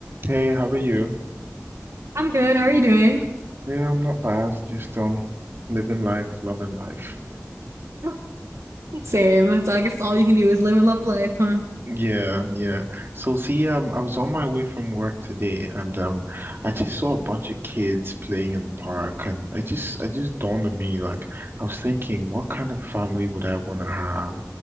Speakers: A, on the right; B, on the right.
A: Hey, how are you?
B: I'm good. How are you doing?
A: Yeah, I'm not bad. Just um living life, loving life.
B: <laughs> Same. It's I guess all you can do is live and love life, huh?
A: Yeah, yeah. So see, um, I was on my way from work today and um I just saw a bunch of kids playing in the park and I just I just dawned on me like I was thinking what kind of family would I want to have